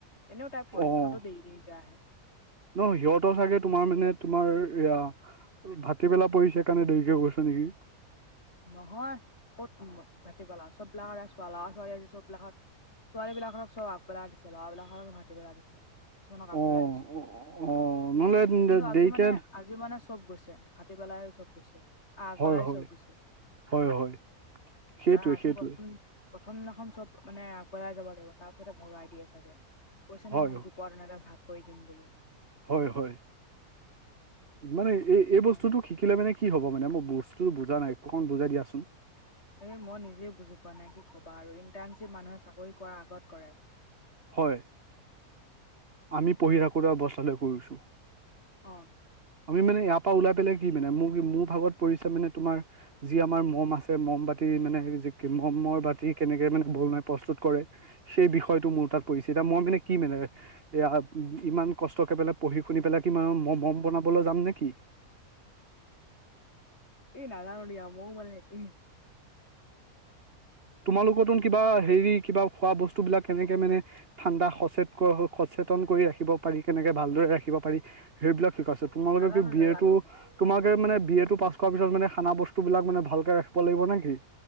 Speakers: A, on the left; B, on the right.
A: এনেও তাইৰ পৰীক্ষাতো
B: অ'।
A: দেৰি দেৰিকে আহে।
B: ন সিহঁতৰ চাগে তোমাৰ মানে তোমাৰ এয়া ভাতিবেলা পৰিছে কাৰণে দেৰিকে গৈছে নেকি?
A: নহয় ক'ত ভাটিবেলা চববিলাকত চ ল'ৰা- ছোৱালী আছে চববিলাকত ছোৱালীবিলাকক চব আগবেলাই দিছে, ল'ৰাবিলাকক ভাটিবেলাত দিছে। কিছুমানক আগবেলাই
B: অ
A: দিছে,
B: অ অ নহ'লে
A: কিন্তু আজি
B: দেৰিকে
A: মানে আজি মানে চব গৈছে ভাটিবেলাই চব গৈছে। আগবেলাই
B: হয় -হয়
A: চব গৈছে
B: -হয়- হয়। সেইটোৱে
A: মানে আজি
B: সেইটোৱে
A: প্ৰথম প্ৰথম দিনাখন চব মানে আগবেলাই যাব লাগিব তাৰ পিছতে ভগাই দিয়ে চাগে। কৈছে
B: হয়
A: নহয় গোপত এনেকে ভাগ কৰি দিম বুলি।
B: হয়, হয়। মানে এই এই বস্তুটো
A: অ
B: শিকিলে মানে কি হ'ব মানে? মই বস্তুটো বুজা নাই অকন বুজাই দিয়াচোন।
A: এই মই নিজে বুজি পোৱা নাই কি ক'বা আৰু ইণ্টাৰ্ণশ্বিপ মানুহে চাকৰি কৰাৰ আগত কৰে।
B: হয়। আমি পঢ়ি থাকোঁতে অৱস্থালৈ কৰিছো।
A: অ
B: আমি মানে ইয়াৰ পৰা ওলাই পেলাই কি মানে মোৰ মোৰ ভাগত পৰিছে মানে তোমাৰ যি আমাৰ মম আছে মম বাতি মানে মমৰ বাতি কেনেকে মানে বনাই প্ৰস্তুত কৰে। সেই বিষয়টো মোৰ তাত পৰিছে এতিয়া মই মানে কি মানে এয়া ইমান কষ্টকে পেলাই পঢ়ি শুনি পেলাই কি মম বনাবলৈ যাম নেকি?
A: এই নাজানোঁ দিয়া, মই ও মানে একে।
B: তোমালোকৰতো কিবা হেৰি কিবা খোৱা বস্তুবিলাক কেনেকে মানে ঠাণ্ডা সচেত সচেতন কৰি ৰাখিব পাৰি কেনেকে ভালদৰে ৰাখিব পাৰি সেইবিলাক শিকাইছে। তোমালোকে
A: নাজানো
B: কি বি
A: নাজানো
B: এ টো তোমালোকে মানে বি এ টো পাছ কৰাৰ পিছত মানে খানা বস্তুবিলাক মানে ভালকে ৰাখিব লাগিব নে কি?